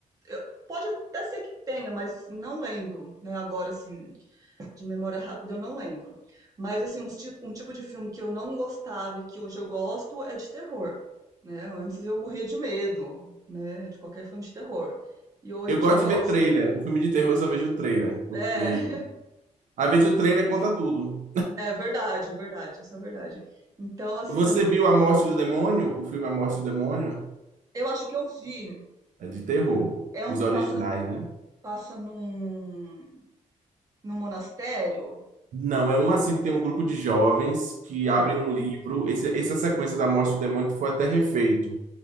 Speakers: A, on the right; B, on the right.
A: eu- pode até ser que tenha, mas não lembro, né? Agora, assim, de memória rápida, eu não lembro. Mas, assim, uns tipo, um tipo de filme que eu não gostava e que hoje eu gosto é de terror, né? Antes eu morria de medo, né? De qualquer filme de terror. E hoje
B: Eu
A: eu
B: gosto
A: já gosto.
B: de ver trailer. O filme de terror eu só vejo o trailer, porque
A: É, <laughs>
B: às vezes o trailer conta tudo.
A: é verdade, verdade, isso é verdade. Então, assim,
B: Você viu A Morte do Demônio? O filme A Morte do Demônio?
A: Eu acho que eu vi.
B: É de terror.
A: É um
B: Os
A: que
B: originais,
A: passa,
B: né?
A: passa num, num monastério.
B: Não, é um assim que tem um grupo de jovens que
A: Hum,
B: abrem um livro. Esse- essa sequência da Morte do Demônio foi até refeito.